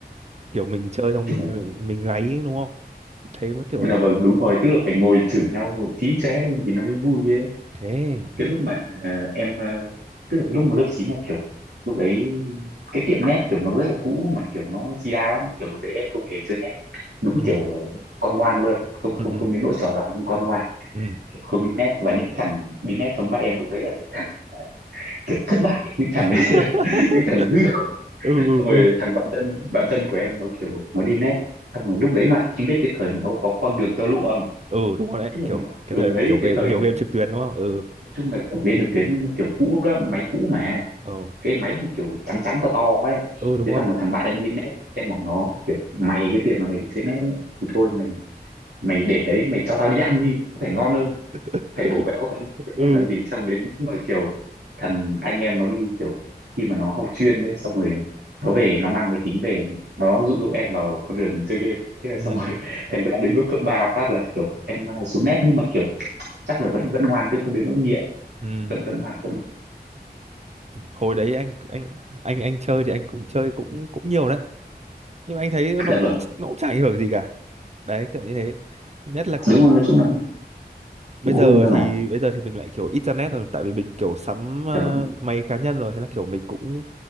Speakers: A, on the right; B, on the right.
A: kiểu mình chơi xong
B: kiểu
A: mình mình gáy đúng không thế mới kiểu
B: là
A: là
B: vâng đúng rồi tức là phải ngồi chửi nhau chí chóe lên thì nó mới vui ấy
A: thế
B: cái lúc mà ờ, em ờ, tức là lúc mà lớp 9 là kiểu lúc đấy cái tiệm net kiểu nó rất là cũ mà kiểu nó di đa lắm kiểu lúc đấy em không hề chơi net đúng
A: ừ
B: kiểu ờ, con ngoan luôn không không
A: ừ
B: không đến nỗi trò giỏi nhưng con ngoan
A: ừ ừ
B: kiểu không đi net và những cái thằng đi net trong mắt em lúc đấy là những thằng kiểu thất bại những thằng
A: <laughs>
B: đấy, <laughs> những thằng hư hỏng
A: ừ ừ
B: xong rồi
A: ừ
B: thằng bạn thân bạn thân của em nó kiểu nó đi nét xong rồi lúc đấy mà anh biết cái thời mà nó có con đường tơ lụa không
A: ừ đúng rồi đấy
B: tức là
A: kiểu
B: nó
A: cái
B: từ
A: thời
B: đấy
A: kiểu game,
B: cái thời
A: nhiều
B: đấy
A: game trực tuyến đúng không ừ
B: nói chung là kiểu lên được tuyến nó kiểu cũ lắm máy cũ mà
A: ừ
B: cái máy mà kiểu trắng trắng to to ấy
A: ừ đúng
B: thế
A: rồi
B: xong rồi thằng bạn em đi nét em bảo nó kiểu mày cái tiền mà mày đi chơi nét ấy thì thôi mày mày để đấy mày cho tao đi ăn đi có phải ngon không
A: <laughs>
B: phải bổ béo không cái
A: ừ
B: nét làm gì xong đến lúc mà kiểu thằng anh em nó đi kiểu khi mà nó học chuyên đấy xong rồi nó về nó mang máy tính về nó dụ dỗ em vào con đường chơi game thế là
A: ừ
B: xong rồi <laughs> thành ra đến lúc cấp 3 phát là kiểu em à, xuống nét nhưng mà kiểu chắc là vẫn vẫn ngoan chứ không đến nỗi nghiện
A: ừ
B: vẫn vẫn ngoan vẫn ngoan.
A: hồi đấy anh anh anh anh chơi thì anh cũng chơi cũng cũng nhiều đấy nhưng mà anh thấy nó
B: dạ
A: cũng
B: vâng
A: nó cũng chả ảnh hưởng gì cả đấy kiểu như thế nhất là kiểu
B: đúng rồi nói chung là
A: bây
B: cũng
A: giờ
B: vui thôi
A: thì
B: mà
A: bây giờ thì mình lại kiểu ít ra nét rồi tại vì mình kiểu sắm ờ,
B: dạ vâng
A: máy cá nhân rồi hay là kiểu mình cũng